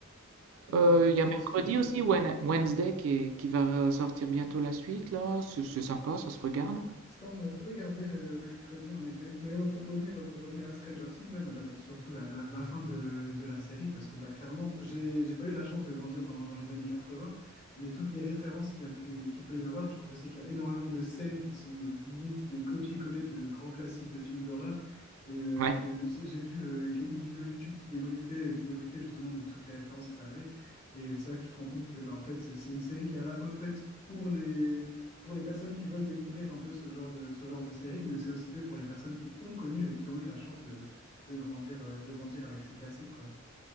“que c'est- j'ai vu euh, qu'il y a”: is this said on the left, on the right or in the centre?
Left